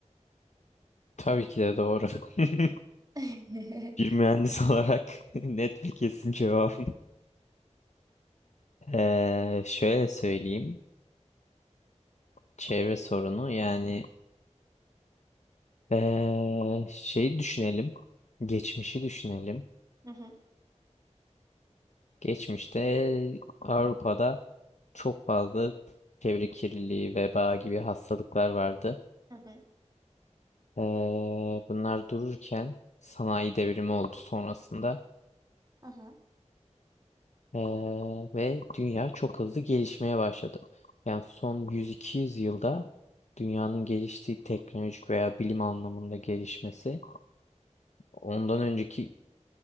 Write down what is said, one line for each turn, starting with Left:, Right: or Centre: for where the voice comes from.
Left: Tabii ki de doğru. <laughs>
Right: <laughs>
Left: Bir mühendis olarak <laughs> net ve kesin cevabım. Ee, şöyle söyleyeyim. Çevre sorunu yani ee, şeyi düşünelim. Geçmişi düşünelim.
Right: Hı hı,
Left: Geçmişte Avrupa'da çok fazla çevre kirliliği, veba gibi hastalıklar vardı.
Right: hı hı,
Left: Ee, bunlar dururken sanayi devrimi oldu sonrasında.
Right: hı hı.
Left: Ee, ve dünya çok hızlı gelişmeye başladı. Yani son yüz iki yüz yılda dünyanın geliştiği teknolojik veya bilim anlamında gelişmesi ondan önceki